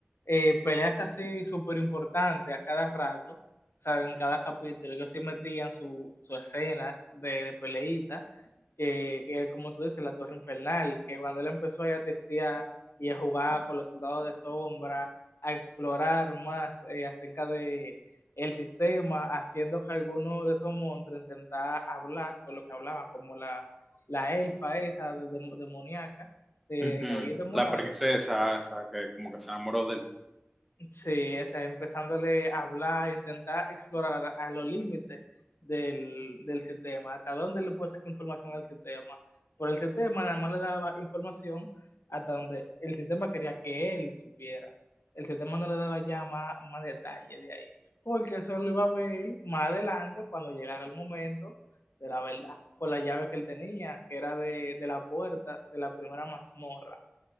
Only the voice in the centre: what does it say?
Ujú.
La princesa, esa que como que se enamoró del...